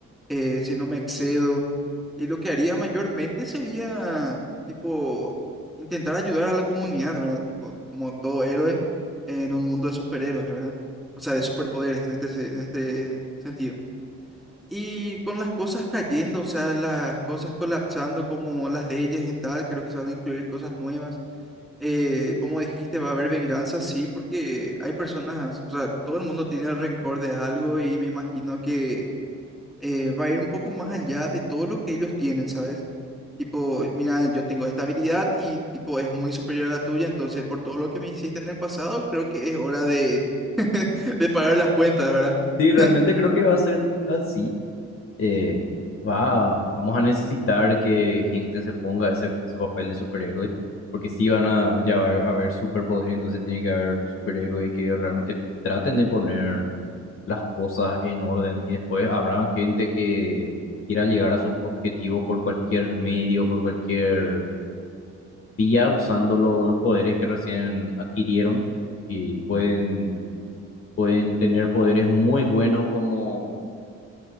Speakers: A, in the centre; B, on the left (about 45°).
A: eh, si no me excedo. Y lo que haría mayormente sería, tipo, intentar ayudar a la comunidad, ¿verdad? Tipo, como todo héroe en un mundo de superhéroes, ¿verdad? O sea, de superpoderes en este, se- en este sentido. Y con las cosas cayendo, o sea, las cosas colapsando como las leyes en tal, creo que se van a incluir cosas nuevas. Eh, como dijiste, va a haber venganza, sí, porque hay personas, o sea, todo el mundo tiene rencor de algo y me imagino que eh, va a ir un poco más allá de todo lo que ellos tienen, ¿sabes? Tipo, mira, yo tengo esta habilidad y tipo es muy superior a la tuya, entonces por todo lo que me hiciste en el pasado, creo que es hora de, <laughs> de pagar las cuentas, ¿verdad?
B: sí, realmente
A: <laughs>
B: creo que va a ser así. Eh, va, vamos a necesitar que gente se ponga ese, ese papel de superhéroe, porque sí van a ya va a haber superpoderes, entonces tiene que haber superhéroes que realmente traten de poner las cosas en orden y después habrá gente que quiera llegar a sus objetivos por cualquier medio, por cualquier vía usando lo- los poderes que recién adquirieron y pueden, pueden tener poderes muy buenos como